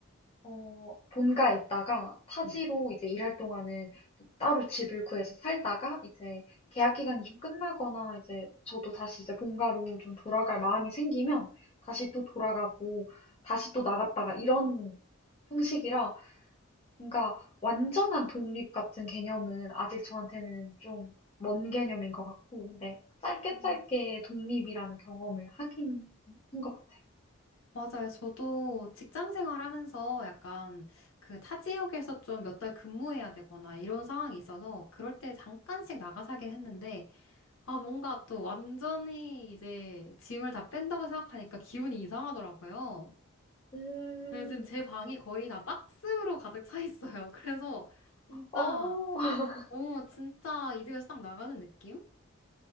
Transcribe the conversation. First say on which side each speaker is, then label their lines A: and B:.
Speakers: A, on the left; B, on the left.
A: 어, 본가에 있다가 타지로
B: 네.
A: 이제 일할 동안은 또 따로 집을 구해서 살다가 이제 계약 기간이 좀 끝나거나 이제 저도 다시 이제 본가로 좀 돌아갈 마음이 생기면 다시 또 돌아가고 다시 또 나갔다가 이런 형식이라 뭔가 완전한 독립 같은 개념은 아직 저한테는 좀 먼 개념인 것 같고 근데 짧게
B: 음.
A: 짧게 독립이라는 경험을 하긴 한 것 같아요.
B: 맞아요. 저도 직장 생활하면서 약간 그 타 지역에서 좀 몇 달 근무해야 되거나 이런 상황이 있어서 그럴 때 잠깐씩 나가 살긴 했는데 아, 뭔가 또 완전히 이제 짐을 다 뺀다고 생각하니까 기분이 이상하더라고요.
A: 음,
B: 네, 지금 제 방이 거의 다 박스로 가득 차 있어요. <laughs> 그래서 진짜,
A: 어, <laughs>
B: 어, 진짜 이 집에서 딱 나가는 느낌?